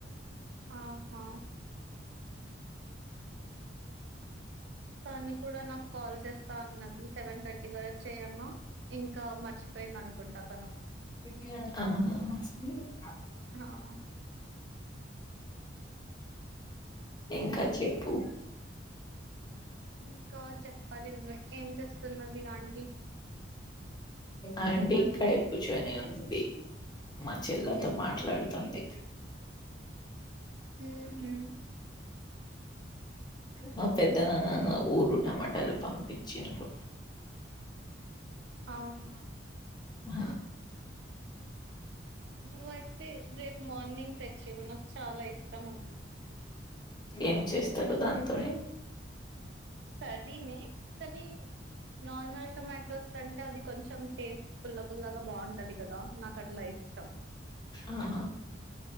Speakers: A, on the right; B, on the left.
A: ఆహా తని కూడా నాకు కాల్ చేస్త స్తాన్నది సెవెన్ థర్టీ వరకు చేయన్నా ఇంకా మర్చ యిందనుకుంటా తను
B: ఆహ
A: ఆ
B: ఇంకా చెప్పు
A: ఇంకా చెప్పాలి నువ్వే ఏం చేస్త తున్నది ఆంటి
B: అంటడి ఇక్కడే కూర్చొని ఉంది మా చెల్లతో మాట్లాడుతంది
A: హు హు
B: మా పెద్దనాన ఊరు లో టమాటాలు పంపించ్చిండు
A: అవునా
B: ఆ
A: నువ్వైతే రేప్ మార్నింగ్ తెచ్చివ్ నాక్ చాలా ఇష్టం తమకి
B: ఏం చేస్తారు దాంతోనీ
A: తదిీినే కానీ నార్మల్ టొమాటోస్ కంటే అది కొంచెం టేస్ట్ పుల్ల పుల్లగా బాగుంటది కదా నాకు అట్లా ఇష్టం
B: ఆ